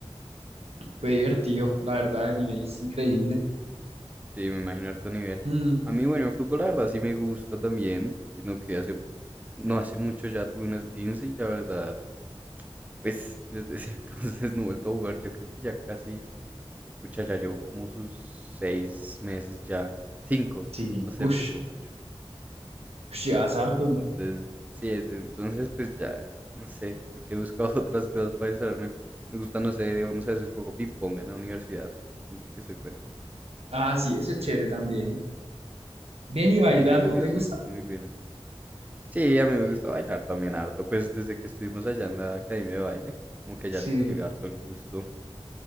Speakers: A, on the right (about 75°); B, on the right (about 15°).
A: Fue divertido, la
B: Sí,
A: verdad, el nivel es increíble.
B: Sí, me imagino harto nivel.
A: Mm,
B: A mí, bueno, el fútbol, la verdad, sí me gusta también, sino que hace, no hace mucho ya tuve un esguince y la verdad, pues desde ese <laughs> entonces no he vuelto a jugar. Ya creo que ya casi Pucha, ya llevo como sus seis meses ya, cinco,
A: sí,
B: no sé,
A: uff,
B: pero llevo mucho.
A: llevas harto.
B: Entonces, sí, desde entonces, pues ya, no sé, he buscado <laughs> otras cosas para distraerme. Me gusta, no sé, digamos, a veces juego ping-pong en la universidad. Siento que soy bueno
A: Ah, sí, eso es chévere también. Ven y bailar,
B: Sí, yo siento
A: ¿no
B: que
A: te gusta?
B: soy muy buena. Sí, a mí me gusta bailar también harto, pues desde que estuvimos allá en la academia de baile, como que ya
A: Sí.
B: le cogí harto el gusto.